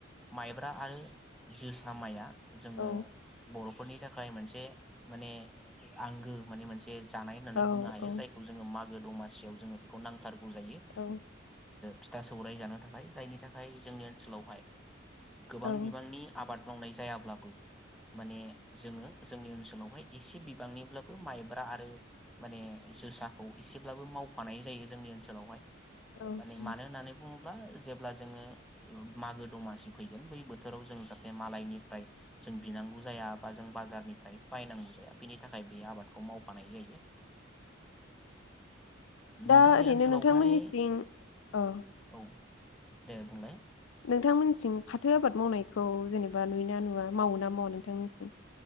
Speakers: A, in the centre; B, on the left (about 85°).
A: माइब्रा आरो जोसा माइया जोङो
B: औ
A: बर'फोरनि थाखाय मोनसे माने आंगो माने मोनसे बे जानाय होननानै
B: औ
A: बुंनो हायो
B: औ
A: जायखौ जोङो मा गो दमासियाव जोंनो बेखौ नांथारगोै गौ जायो
B: औ
A: फिथा सौराइ जानो थाखाय जायनि थाखाय जोंनि ओनसोलावहाय गोबां
B: औ
A: बिबांनि आबाद मावनाय जायाब्लाबो माने जोङो जोंनि ओनसोलावहाय एसे बिबांनिब्लाबो माइब्रा आरो माने जोसाखौ एसेब्लाबो मावफानाय जायो जोंनि ओनसोलावहाय
B: औ
A: माने मानो होनानै बुं जेब्ला जोङो मागो दमासि फैगोन बै बोथोराव जाहाथे जों मालनिफ्राय बिनांगौ जाया जाया बा जों बारनिफ्राय बायनांगौ जाया बिनि थाखाय बे आबादखौ मावफानाय जायो नोंथांनि
B: दा ओरैनो
A: ओनसोलावहाय
B: नोंथांमोननिथिं औ
A: औ दे बुंलाय
B: नोंथांमोननिथिं फाथो आबाद मावनायखौ जेनेबा नुयोना नुवा मावो ना मावा नोंथांमोननिथिं